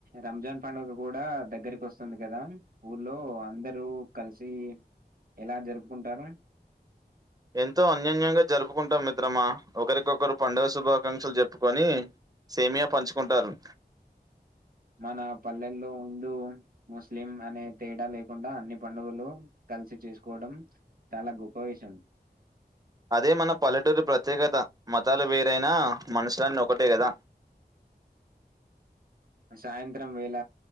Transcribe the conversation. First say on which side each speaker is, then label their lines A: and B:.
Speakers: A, on the right; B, on the right.
A: రంజాన్ పండుగ కూడా దగ్గరకి వస్తుంది కదా ఊర్లో అందరు కల్ కలిసి ఎలా జరుపుకుంటారు
B: ఎంతో అన్యోన్యంగా జరుపుకుంటాం మిత్రమా ఒకరికొకరు పండుగ శుభాకాంక్షలు చెప్పుకొని సేమియా పంచుకుంటారు
A: మన పల్లెల్లో హిందూవు ముస్లిం అనే తేడా లేకుండా అన్ని పండుగలు కలిసి చేసుకోడం చాలా గొప్ప విషయం
B: అదే మన పల్లెటూరు ప్రత్యేకత మతాలు వేరైనా మనుషులన్ ఒకటే కదా
A: <inaudible> సాయంత్రం వేళ